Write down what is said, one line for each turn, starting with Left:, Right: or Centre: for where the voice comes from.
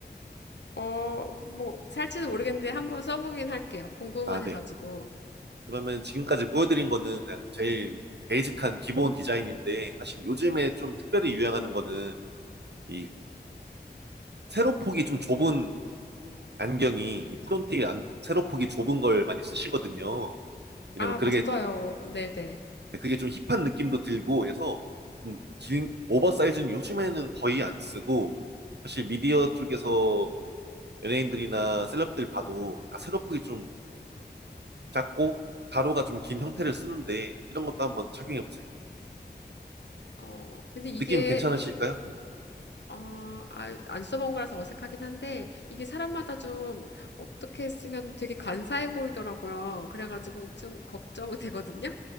Left: 어, 뭐 살지는 모르겠는데 한번 써보긴 할게요. 궁금은
Right: 아, 네.
Left: 해가지고.
Right: 그러면 지금까지 보여드린 거는 그냥 제일 베이직한 기본 디자인인데 사실 요즘에 좀 특별히 유행하는 거는 이 세로폭이 좀 좁은 안경이 이 프론틱 안, 세로폭이 좁은 걸 많이 쓰시거든요. 왜냐면
Left: 아,
Right: 그게
Left: 봤어요. 네네.
Right: 그게 좀 힙한 느낌도 들고 해서 좀 긴 오버사이즈는 요즘에는 거의 안 쓰고 사실 미디어 쪽에서 연예인들이나 셀럽들 봐도 다 세로폭이 좀 작고 가로가 좀 긴 형태를 쓰는데 이런 것도 한번 착용해 보세요.
Left: 어, 근데 이게
Right: 느낌 괜찮으실까요?
Left: 어, 아, 안 써본 거라서 어색하긴 한데, 이게 사람마다 좀 어떻게 쓰면 되게 간사해 보이더라고요. 그래가지고 좀 걱정은 되거든요?